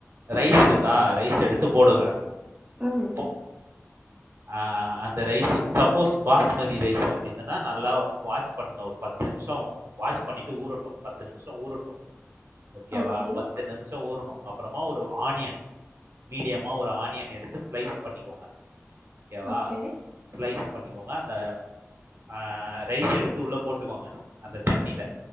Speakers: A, on the right; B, on the right.
A: ரைஸ் இருக்கா ரைஸ் எடுத்து போடுங்க
B: ம்
A: போ ஆ அந்த ரைஸ் சப்போஸ் பாஸ்மதி ரைஸ் அப்டிந்தன்னா நல்லா வாஷ் பண்ணுங்க ஒரு பத்து நிம்ஷோ வாஷ் பண்ணிட்டு ஊறட்டு பத்து நிமிஷொ ஊறட்டு ஓகேவா
B: ஓகே
A: ப பத்து நிமிஷொ ஊரணு அப்பறமா ஒரு ஆனியன் மீடியமா ஒரு ஆனியன் எடுத்து ஸ்லைஸ் பண்ணிக்கோங்க ஓகேவா
B: ஓகே
A: ஸ்லைஸ் பண்ணிக்கோங்க அந்த ஆ ரைஸ் எடுத்து உள்ள போட்டுக்கோங்க அந்த தண்ணில